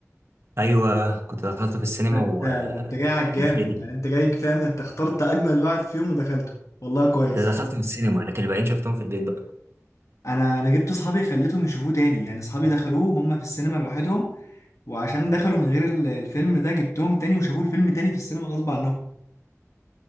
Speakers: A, on the right; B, on the left.
A: ايوه كنت دخلته في السينما
B: ده انت
A: ومن
B: ده انت جاي على الجامد
A: 3D
B: يعني انت جاي فاهم انت اخترت اجمل واحد فيهم ودخلته والله كويس
A: ده دخلته في السينما لكن الباقيين شفتهم في البيت بقى
B: انا انا جبت اصحابي خليتهم يشوفوه تاني يعني اصحابي دخلوه هم في السينما لوحدهم وعشان دخلوا من غير ال- الفيلم ده جبتهم تاني وشافوه الفيلم تاني في السينما غصب عنهم